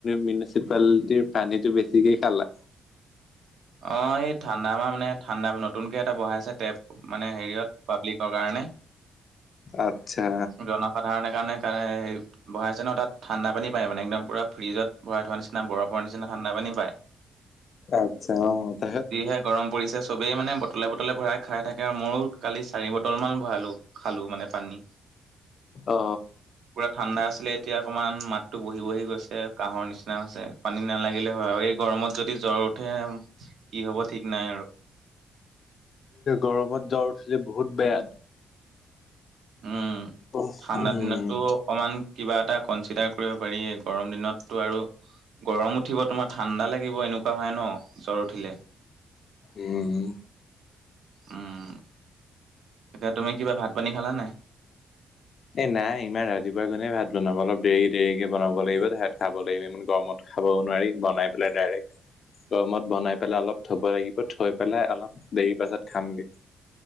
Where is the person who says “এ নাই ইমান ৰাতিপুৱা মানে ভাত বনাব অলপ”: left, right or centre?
Left